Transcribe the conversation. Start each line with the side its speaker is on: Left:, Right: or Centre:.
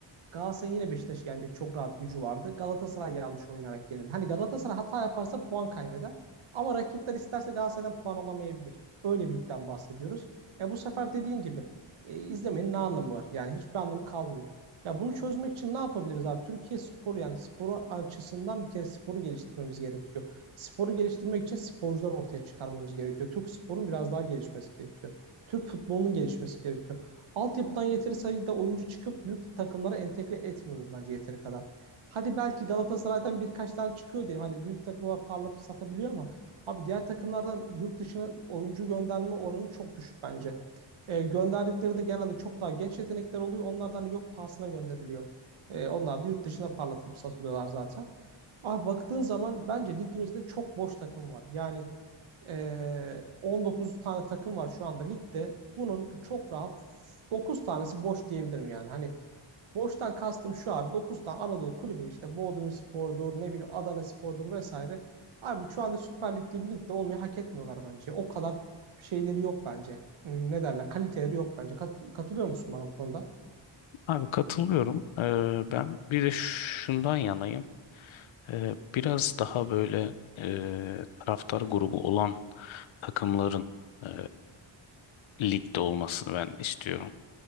Right: Galatasaray'ın yine Beşiktaş'ı yenecek çok rahat gücü vardı. Galatasaray yanlış oynayarak yenildi. Hani Galatasaray hata yaparsa puan kaybeder. Ama rakipler isterse Galatasaray'dan puan alamayabilir. Öyle bir ligden bahsediyoruz. E bu sefer dediğin gibi e, izlemenin ne anlamı var? Yani hiçbir anlamı kalmıyor. Ya bunu çözmek için ne yapabiliriz abi? Türkiye sporu yani sporu açısından bir kere sporu geliştirmemiz gerekiyor. Sporu geliştirmek için sporcular ortaya çıkarmamız gerekiyor. Türk sporunun biraz daha gelişmesi gerekiyor. Türk futbolunun gelişmesi gerekiyor. Altyapıdan yeteri sayıda oyuncu çıkıp büyük takımlara entegre etmiyoruz bence yeteri kadar. Hadi belki Galatasaray'dan birkaç tane çıkıyor diyelim. Hani büyük takımlar parlatıp satabiliyor ama abi diğer takımlardan yurt dışına oyuncu gönderme oranı çok düşük bence. E, gönderdikleri de genelde çok daha genç yetenekler oluyor. Onlardan hani yok pahasına gönderiliyor. E, onlar da yurt dışına parlatılıp satılıyorlar zaten. Abi baktığın zaman bence ligimizde çok boş takım var. Yani ee, 19 tane takım var şu anda ligde. Bunun çok rahat 9 tanesi boş diyebilirim yani. Hani boştan kastım şu abi 9 tane Anadolu kulübü işte Bodrumspor'dur ne bileyim Adanaspor'dur vesaire. Abi şu anda Süper Lig'de bir ligde olmayı hak etmiyorlar bence. O kadar şeyleri yok bence. Hmm, Ne derler? Kaliteleri yok bence. Kat- katılıyor musun bana bu konuda?
Left: Abi katılıyorum. Ee, ben bir de şundan yanayım. Ee, biraz daha böyle e, taraftar grubu olan takımların e, ligde olmasını ben istiyorum.